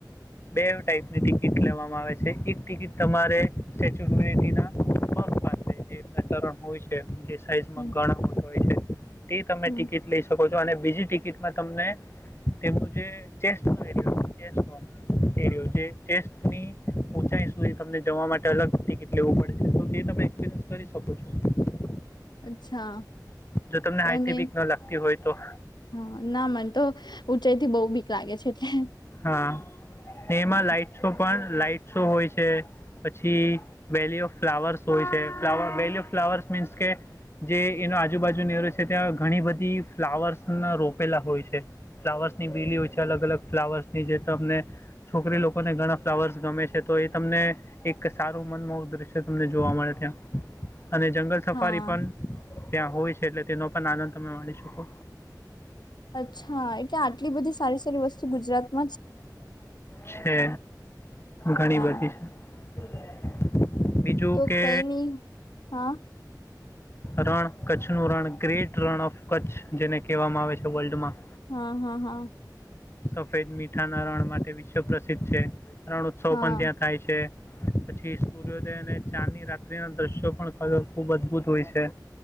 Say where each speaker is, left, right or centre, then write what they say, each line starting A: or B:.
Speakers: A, on the left (about 35°); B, on the left (about 75°).
A: બે ટાઈપની ટિક ટિકિટ લેવામાં આવે છે. એક ટિકિટ તમારે સ્ટેચ્યુ ઓફ યુનિટીના પગ પાસે જે એમના ચરણ હોય છે જે સાઈઝમાં
B: હમ
A: ઘણા મોટ હોય છે. તે તમે
B: હમ
A: ટિકિટ લઈ શકો તો અને બીજી ટિકિટમાં તમને તેમનું જે ચેસ્ટનો એરીઓ જે ચેસ્ટનો એરીઓ જે ચેસ ઉંચાઈ સુધી તમને જવા માટે અલગ ટિકિટ લેવું પડે છે. તો તે તમે એપસ કરી શકો છો
B: અચ્છા.
A: જો તમને
B: તો
A: હાઈટથી
B: અને
A: બીક ન લાગતી હોય તો
B: હા ના મન તો ઊંચાઈ થી બહુ બીક લાગે છે એટલે
A: હા! એમાં
B: હા
A: લાઈટ શો પણ. લાાઈટસો હોય છે. પછી વેલી ઓફ ફ્લાવર્સ હોય છે. ફ્લાવ વેલી ઓફ ફ્લાવર્સ મીન્સ કે જે એનો આજુબાજુ નીરો છે. ત્યાં ઘણી બધી ફ્લાવર્સના રોપેલા હોય છે. ફ્લાવર્સની બીલી હોય છે. અલગ અલગ ફ્લાવર્સ ની જે તમને છોકરી લોકોને ઘણા ફ્લાવર્સ ગમે છે તો એ તમને એક સારું મનમોહક દ્રશ્ય તમને જોવા મળે ત્યાં અને જંગલ સફારી
B: હા
A: પણ. ત્યાં હોય છે. એટલે તેનો પણ આનંદ તમે મળી શકો.
B: અચ્છા! એટલે આટલી બધી સારી સારી વસ્તુ ગુજરાત. <unintelligible>
A: છે ઘણી બધી
B: <unintelligible>
A: <inaudible> બીજું
B: તો
A: કે
B: કઈ નહિ. હા
A: રણ કચ્છ નું રણ ગ્રેટ રણ ઓફ કચ્છ જેને કહેવામાં આવે છે વર્લ્ડ માં.
B: હા હા હા!
A: સફેદ મીઠાના રણ માટે વિશ્વ પ્રસિદ્ધ છે રણ ઉત્સવ
B: હા
A: પણ ત્યાં થાય છે પછી સૂર્યોદયને ચાની રાત્રિના દ્રશ્યો પણ ક્યો ખુબ અદભૂત હોય છે